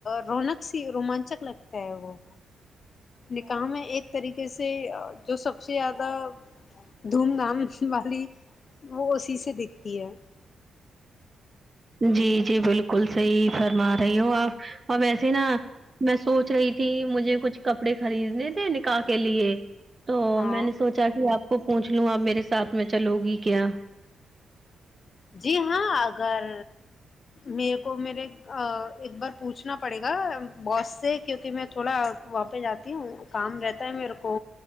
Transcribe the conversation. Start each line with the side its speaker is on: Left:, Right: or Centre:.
Left: رونق سی رومانچک لگتا ہے وہ نکاح میں ایک طریقے سے جو سب سے زیادہ دھوم دھام والی وہ اسی سے دیکھتی ہے
Right: جی جی بالکل صحیح فرما رہی ہو آپ اور ویسے نا میں سوچ رہی تھی مجھے کچھ کپڑے خریدنے تھے نکاح کے لیے تو
Left: ہاں
Right: میں نے سوچا کہ آپ کو پوچھ لوں آپ میرے ساتھ میں چلو گی کیا
Left: جی ہاں اگر میرے کو میرے ا ایک بار پوچھنا پڑے گا باس سے کیونکہ میں تھوڑا واں جاتی ہوں کام رہتا ہے میرے کو